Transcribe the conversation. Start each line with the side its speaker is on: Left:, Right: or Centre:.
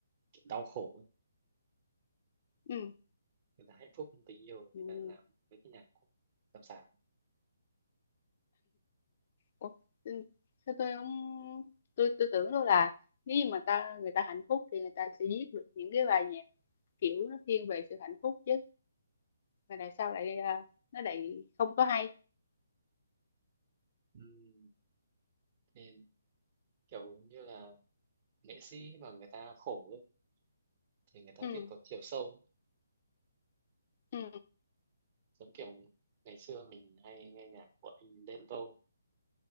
Right: kiểu đau khổ ấy.
Left: ừ.
Right: người ta hạnh phúc trong tình yêu
Left: Ừ.
Right: người ta làm mấy cái nhạc sàm sàm
Left: Ủa, ừ, sao tôi không tôi tôi tưởng đâu là nếu như mà ta người ta hạnh phúc thì người ta sẽ viết được những cái bài nhạc kiểu nó thiên về sự hạnh phúc chứ mà tại sao lại à, nó lại không có hay
Right: Ừm, nên kiểu như là nghệ sĩ mà người ta khổ ấy, thì người ta
Left: ừ
Right: viết có chiều sâu
Left: ừ
Right: giống kiểu ngày xưa mình hay nghe nhạc của anh Đen Vâu